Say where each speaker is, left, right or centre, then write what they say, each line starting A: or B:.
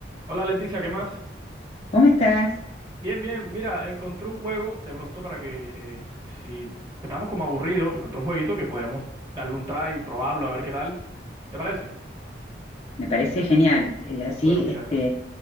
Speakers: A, on the right (about 25°); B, on the left (about 35°).
A: Hola Leticia, ¿qué más?
B: ¿Cómo estás?
A: Bien, bien, mira, encontré un juego de pronto para que, eh, si porque estamos como aburridos, encontré un jueguito que podemos darle un try y probarlo a ver qué tal. ¿Te parece?
B: Me parece genial. Eh, así
A: Bueno, mira,
B: este,
A: la-